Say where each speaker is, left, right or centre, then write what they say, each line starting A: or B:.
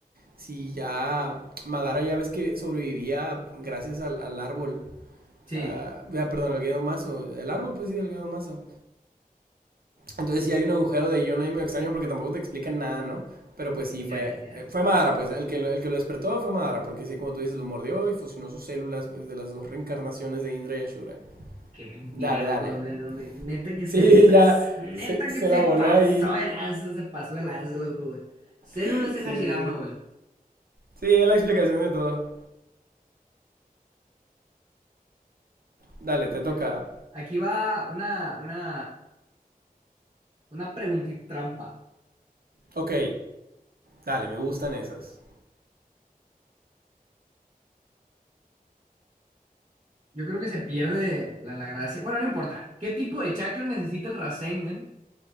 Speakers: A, on the right; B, on the right.
A: si ya Madara ya ves que sobrevivía gracias al, al árbol.
B: Sí,
A: ah, ah, perdón, al Gedomazo. El árbol, pues sí, el Gedomazo. Entonces sí hay un agujero de guión ahí medio extraño porque tampoco te explican nada, ¿no? Pero pues sí,
B: ya,
A: fue,
B: ya.
A: eh, fue Madara, pues el que, lo, el que lo despertó fue Madara, porque sí, como tú dices, lo mordió y fusionó sus células pues, de las dos reencarnaciones de Indra y Ashura.
B: Qué mentira,
A: Dale, dale.
B: loco, ¿dónde, dónde? Neta que
A: Sí,
B: se pasó,
A: <laughs> ya
B: neta
A: se, se
B: que se
A: la voló
B: pasó
A: ahí.
B: el lanza, se pasó el lanza, loco, güey. Células
A: Sí,
B: de Hashirama,
A: sí.
B: güey.
A: Sí, es la explicación de todo. Dale, te toca.
B: Aquí, aquí va una, una, una preguntita trampa.
A: Ok, dale, me gustan esas.
B: Yo creo que se pierde la, la gracia. Bueno, no importa. ¿Qué tipo de chakra necesita el Rasengan?